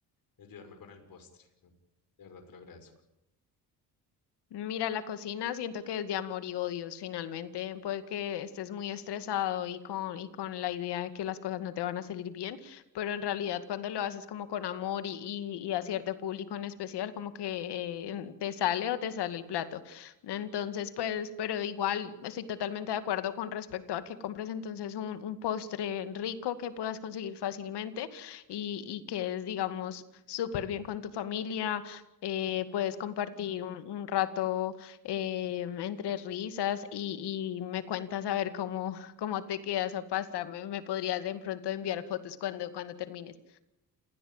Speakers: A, on the left (about 55°); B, on the left (about 75°).
A: de ayudarme con el postre, ¿no? De verdad te lo agradezco.
B: Mira, la cocina siento que es de amor y odios. Finalmente, puede que estés muy estresado y con, y con la idea de que las cosas no te van a salir bien, pero en realidad cuando lo haces como con amor y, y, y a cierto público en especial, como que eh, te sale o te sale el plato. Entonces, pues, pero igual estoy totalmente de acuerdo con respecto a que compres entonces un, un postre rico que puedas conseguir fácilmente y, y que es, digamos, súper bien con tu familia eh, puedes compartir un, un rato eh, entre risas y, y me cuentas a ver cómo, <laughs> cómo te queda esa pasta. Me, me podrías de pronto enviar fotos cuando, cuando termines.